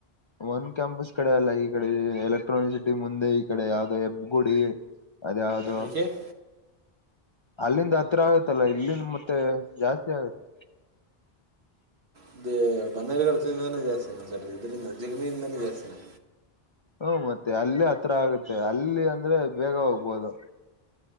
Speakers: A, on the left (about 45°); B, on the right (about 85°).
A: ಒಂದ ಕ್ಯಾಂಪಸ್ ಕಡೆ ಅಲ್ಲ ಈ ಕಡೆ ಎಲೆಕ್ಟ್ರಾನಿಕ್ ಸಿಟಿ ಮುಂದೆ ಈ ಕಡೆ ಯಾವವುದೋ ಹೆಬ್ ಗುಡಿ ಅದಾವದೋ
B: ಏಕೆ
A: ಅಲ್ಲಿಂದ ಹತ್ರ ಆಗತ್ತಲ್ಲ ಇಲ್ಲಿಂದ ಮತ್ತೆ ಜಾಸ್ತಿ ಆಗತ್ತೆ
B: ಅಂದ್ರೇ ಬನ್ನೇರುಗಡ್ತಿಂದಾನೇ ಜಾಸ್ತಿ ನ ಸ ಇದರಿಂದ ಜಗನಿಯಿಂದಾನೇ ಜಾಸ್ತಿನಾ
A: ಹ್ಮ ಮತ್ತೆ ಅಲ್ಲೇ ಹತ್ರ ಆಗತ್ತೆ ಅಲ್ಲಿ ಅಂದ್ರೆ ಬೇಗ ಹೋಗ್ಬೋದು